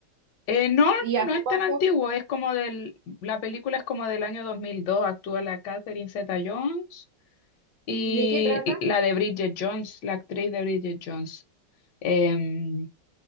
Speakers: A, on the left; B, on the right.
A: Eh, no,
B: ¿Y
A: no
B: hace
A: es
B: cuánto?
A: tan antiguo, es como del, la película es como del año dos mil dos actúa la Catherine Zeta-Jones y
B: ¿Y de qué trata?
A: la de Bridget Jones, la actriz de Bridget Jones. Em,